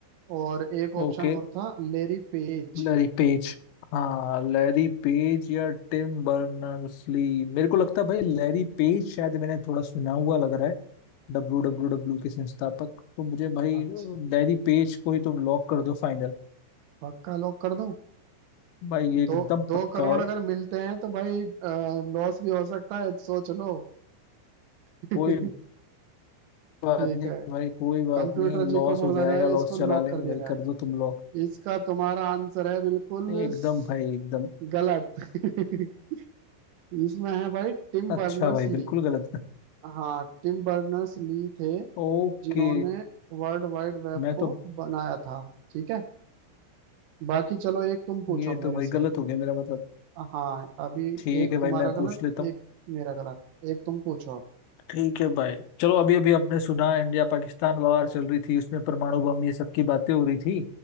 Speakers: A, on the right; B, on the left.
A: और एक ऑप्शन
B: Okay
A: और था लेरी पेज
B: Larry Page हाँ लैरी पेज या टिम बर्नर्स ली मेरे को लगता है भाई लैरी पेज शायद मैंने थोड़ा सुना हुआ लग रहा है डब्ल्यू डब्ल्यू डब्ल्यू के संस्थापक तो मुझे भाई
A: अच्छा
B: लैरी पेज को ही तुम लॉक कर दो फाइनल
A: पक्का लॉक कर दूं
B: भाई ये एकदम
A: दो दो
B: पक्का
A: करोड़ अगर मिलते हैं तो भाई लॉस भी हो सकता है सोच लो <laughs> ठीक
B: कोई बात
A: है
B: नहीं भाई कोई बात
A: कंप्यूटर
B: नहीं
A: जी
B: लॉस
A: को बोला
B: हो जाएगा
A: जाए
B: लॉस
A: इसको
B: चला
A: लॉक
B: लेंगे
A: कर दिया
B: भाई
A: जाए
B: कर दो तुम लॉक
A: इसका तुम्हारा आंसर है बिल्कुल
B: एकदम
A: स-
B: भाई एकदम
A: गलत <laughs> इसमें है भाई टिम
B: अच्छा
A: बर्नर्स
B: भाई
A: ली
B: बिल्कुल गलत
A: हाँ टिम बर्नर्स ली थे
B: <laughs> ओके
A: जिन्होंने वर्ल्ड वाइड वेब
B: मैं
A: को
B: तो
A: बनाया था ठीक है बाकी चलो एक तुम पूछो
B: ये तो
A: मेरे
B: भाई
A: से
B: गलत हो गया मेरा मतलब
A: हाँ अभी
B: ठीक
A: एक
B: है भाई
A: तुम्हारा
B: मैं पूछ
A: गलत
B: लेता हूँ
A: एक मेरा गलत एक तुम पूछो अब
B: ठीक है भाई चलो अभी अभी हमने सुना इंडिया पाकिस्तान वार चल रही थी उसमें परमाणु बम ये सब की बातें हो रही थी